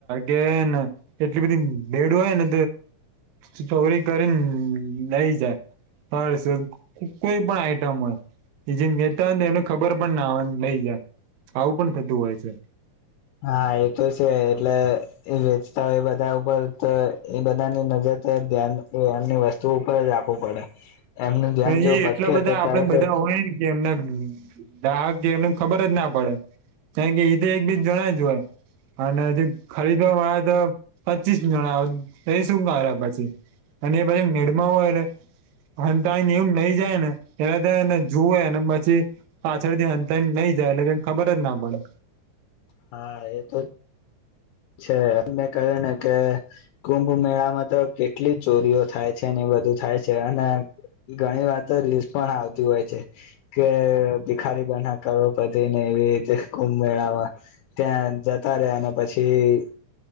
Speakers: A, on the right; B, on the left.
A: એ ને એટલી બધી બેડું હોય ને તો ચોરી કરીને નઈ જાય હર્સ કોઈ પણ આઈટમ હોય એ જે નેતા હોય ને એને ખબર પણ ના નઈ જાય આવું પણ થતું હોય છે
B: હા એ તો છે એટલે એ વેચતા હોય બધા ઉપર તો એ બધાની નજર ધ્યાન એમની વસ્તુ ઉપર જ રાખવું પડે એમનું ધ્યાન
A: પણ
B: જો
A: એ
B: ભટકે
A: એટલા બધા
B: તો
A: આપડ
B: તરત
A: બધા
B: જ
A: હોય ને કે એમના દાક એમને ખબર જ ના પડે કારણ કે એઈ તો એકબીજ જણ જ હોય અને હજ ખરીદવાવામાં આવે તો પચીસ જણા એ શું કરે પછી અને એ પછ મેળમાં હો એટલે એવમ નઈ જાય ને એટલેને જુવે ને પછી પાછળથી અ નહી જાય એ ખબર જ ના પડે
B: હા એ તો છે મેં કહ્યું ને કે કુંભ મેળામાં તો કેટલી ચોરીઓ થાય છે એની બધી બધું થાય છે અને ઘણી વાત તો રીલ પણ આવતી હોય છે કે ભિખારી બના કરો બધીને એ રીતે કુંભ મેળામાં ત્યાં જતા રહ્યા અને પછી